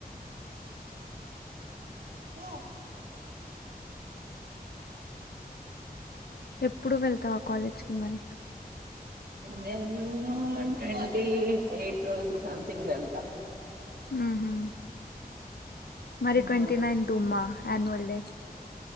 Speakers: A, on the right; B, on the left.
A: ఏఓ
B: ఎప్పుడూ వెళ్తావా కాలేజ్ కి మరీ
A: నేన్నూ ట్వంటీ ఏయిట్ రోజు సంథింగ్ వెళ్తా
B: మ్ హుమ్ మరి
A: ఆ
B: ట్వంటీ నైన్ టూ మ్మా ఆనువల్ డే